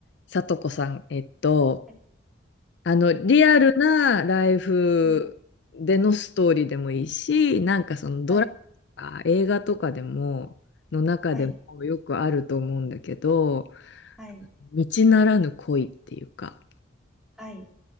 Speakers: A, on the left; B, in the centre.
A: さとこさん、えっと、
B: はい、
A: あの、リアルなライフでのストーリーでもいいし、
B: はい、うん、
A: なんかそのドラマと
B: はい、
A: か映画とかでも、の中でもよくあると思うんだけど、
B: はい、はい、
A: 道ならぬ恋っていうか、
B: はい。